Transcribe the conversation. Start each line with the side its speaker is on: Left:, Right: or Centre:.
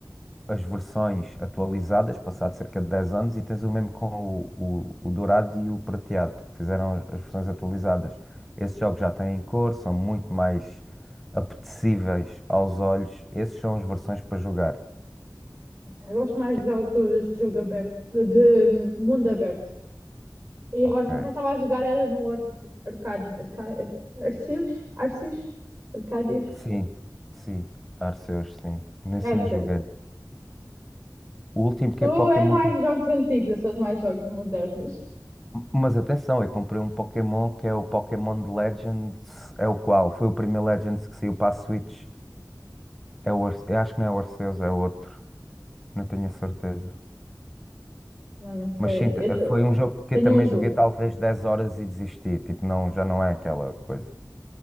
Centre: as versões atualizadas, passado cerca de 10 anos, e tens o mesmo com o, o, o dourado e o prateado, que fizeram as versões atualizadas. Esses jogos já têm cor, são muito mais apetecíveis aos olhos. Esses são as versões para jogar.
Right: Eu gosto mais
Centre: Ok.
Right: de jogos de jogo aberto, de de mundo aberto. E
Centre: Ok.
Right: agora também que eu estava a jogar era no Ar- Arcade, Arcade, Arceus? Arceus? Arcádios?
Centre: Sim, sim. Arceus, sim. Nesse
Right: Essa.
Centre: não joguei. O último que
Right: Tu
Centre: é Pokémon.
Right: és mais
Centre: que-
Right: de jogos antigos, eu sou de mais jogos modernos.
Centre: Mas atenção, eu comprei um Pokémon que é o Pokémon Legends. É o qual? Foi o primeiro Legends que saiu para a Switch. É o Arce- Eu acho que não é o Arceus, é outro. Não tenho a certeza.
Right: Mas não sei,
Centre: Mas sim,
Right: eu
Centre: t-
Right: te-
Centre: foi um jogo que
Right: tenho
Centre: eu também
Right: um azul.
Centre: joguei talvez 10 horas e desisti. Tipo, não, já não é aquela coisa.